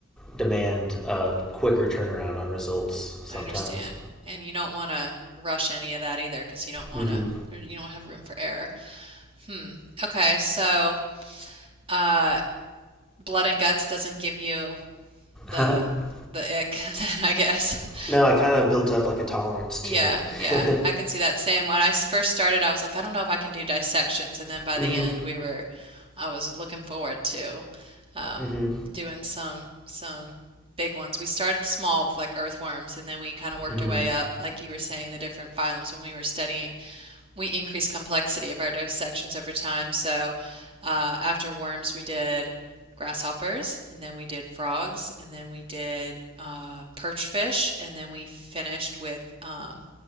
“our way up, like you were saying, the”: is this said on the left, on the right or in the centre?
Right